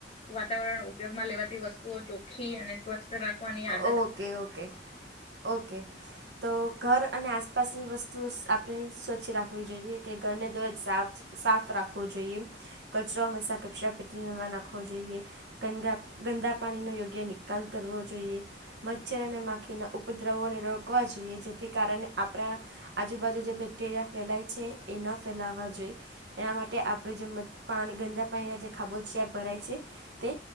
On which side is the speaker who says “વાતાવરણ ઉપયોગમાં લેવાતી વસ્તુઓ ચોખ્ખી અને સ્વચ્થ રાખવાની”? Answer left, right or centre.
Left